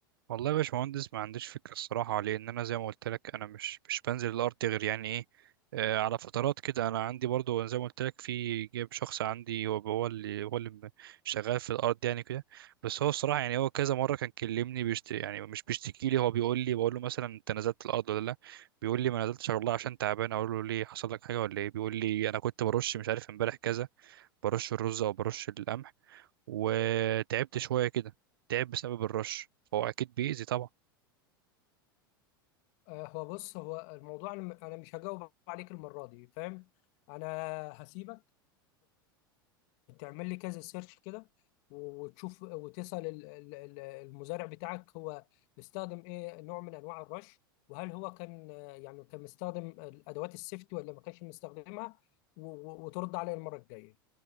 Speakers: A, on the right (about 75°); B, on the left (about 55°).
A: والله يا باشمهندس ما عنديش فكرة الصراحة لأن أنا زي ما قلت لك أنا مش مش بنزل الأرض غير يعني إيه آه، على فترات كده أنا عندي برضو زي ما قلت لك في جايب شخص عندي هو هو اللي هو اللي م- شغال في الأرض يعني كده بس هو الصراحة يعني هو كذا مرة كان كلمني بيشت يعني مش بيشتكي لي هو بيقول لي بقول له مثلا أنت نزلت الأرض ولا لأ بيقول لي ما نزلتش والله عشان تعبان أقول له ليه حصل لك حاجة ولا إيه بيقول لي أنا كنت برش مش عارف امبارح كذا برش الرز أو برش القمح وتعبت شوية كده تعب بسبب الرش فهو أكيد بيأذي طبعا
B: آه، هو بص هو الموضوع انا أنا مش هجاوب عليك المرة دي فاهم انا هسيبك تعمل لي كذا سيرش كده وتشوف وتسأل ال- ال- ال- المزارع بتاعك هو بيستخدم ايه نوع من انواع الرش وهل هو كان آه، يعني كان مستخدم ادوات السيفتي ولا ما كانش مستخدمها و- و- وترد عليا المرة الجاية